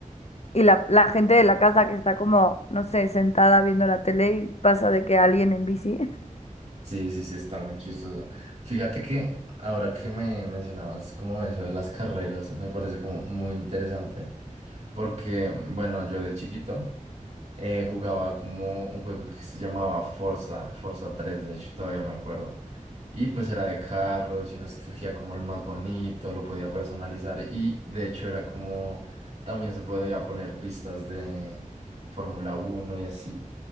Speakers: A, on the left; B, on the right.
A: y la, la gente de la casa que está como, no sé, sentada viendo la tele y pasa de que alguien en bici.
B: Sí, sí, sí, está muy chistoso. Fíjate que ahora que me mencionabas como eso de las carreras, me parece como muy interesante porque, bueno, yo de chiquito eh, jugaba como un juego que se llamaba Forza, Forza tres de hecho todavía me acuerdo. Y pues era de carros y uno escogía como el más bonito, lo podía personalizar y de hecho era como también se podía poner pistas de Fórmula uno y así.